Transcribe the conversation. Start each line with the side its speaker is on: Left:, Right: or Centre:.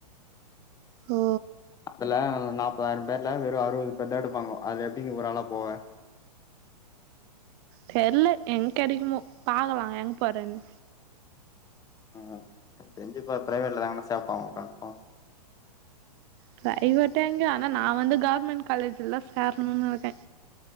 Right: ஓ
Left: அதுல நாப்பதாயிரோம் பேர்ல வெறு அறுவது பேர்தா எடுப்பாங்கோ அதுல எப்டி நீ ஒரு ஆளாப் போவே
Right: தெர்ல எங்கெடைகுமோ பாகலா எங்க போறேன்னு
Left: ம் என் தெஞ்சு இப்ப ப்ரைவேட்லதாங்னா சேப்பாவு கன்பார்ம்
Right: பிரைவேட்டோ எங்யோ ஆனா நா வந்து கவுர்மெண்ட் காலேஜில்தா சேர்னுன் இருகே